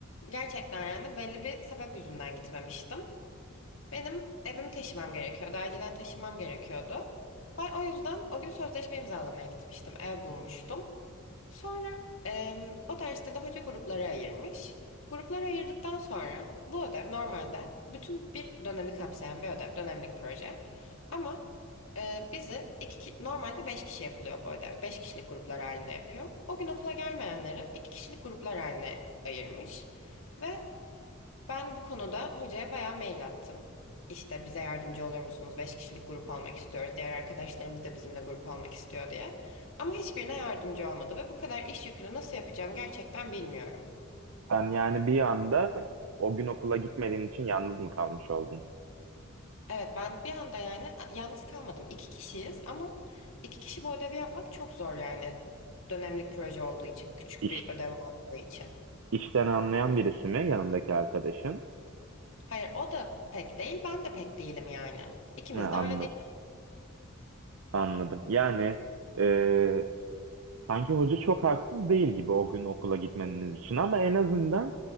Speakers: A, on the left; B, on the right.
A: gerçekten yani belli bir sebep yüzünden gitmemiştim. Benim evimi taşımam gerekiyordu. Acilen taşımam gerekiyordu. Ben o yüzden o gün sözleşme imzalamaya gitmiştim. Ev bulmuştum. Sonra em, o derste de hoca gruplara ayırmış. Gruplara ayırdıktan sonra bu ödev normalde bütün bir dönemi kapsayan bir ödev, dönemlik proje. Ama e, bizi iki, ki- normalde beş kişi yapılıyor bu ödev. Beş kişilik gruplar halinde yapıyor. O gün okula gelmeyenleri iki kişilik gruplar haline ayırmış. Ve ben bu konuda hocaya bayağı mail attım. İşte bize yardımcı olur musunuz? Beş kişilik grup olmak istiyoruz. Diğer arkadaşlarımız da bizimle grup olmak istiyor diye. Ama hiçbirine yardımcı olmadı ve bu kadar iş yükünü nasıl yapacağım gerçekten bilmiyorum.
B: Sen yani bir anda o gün okula gitmediğin için yalnız mı kalmış oldun?
A: Evet ben bir anda yani yalnız kalmadım. İki kişiyiz ama iki kişi bu ödevi yapmak çok zor yani. Dönemlik proje olduğu için, küçük
B: İş,
A: bir ödev olduğu için.
B: işten anlayan birisi mi yanındaki arkadaşın?
A: Hayır o da pek değil, ben de pek değilim yani. İkimiz
B: Ha,
A: de öyle
B: anladım. Anladım. Yani e, Sanki hoca çok haksız değil gibi o gün okula gitmeniz için ama en azından